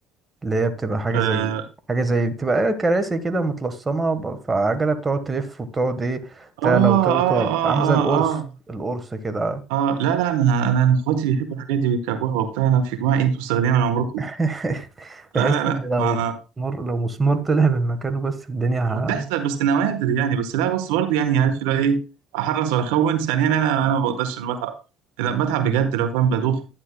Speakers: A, on the right; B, on the right.
A: اللي هي بتبقى حاجة
B: آه،
A: زي حاجة زي بتبقى ايه، كراسي كده متلصمة ب- فعجلة بتقعد تلف وبتقعد ايه تعلى
B: آه
A: وتوطى
B: آه آه
A: عاملة
B: آه
A: زي القرص
B: آه
A: القرص كده
B: آه لا لا أنا أنا أنا إخواتي بيحبوا الحاجات دي ويركبوها وبتاع أنا في جماعة إيه أنتوا مستغنيين عن عمركم
A: <laughs> تحس
B: لا لا لا
A: ان لو
B: ما
A: مسمار لو مسمار طلع من مكانه بس الدنيا ه...
B: بتحصل بس نوادر يعني بس لا بس برضه يعني عارف اللي هو إيه أحرص ولا أخون ثانيا أنا أنا ما بقدرش أنا بتعب لا بتعب بجد لو فاهم بدوخ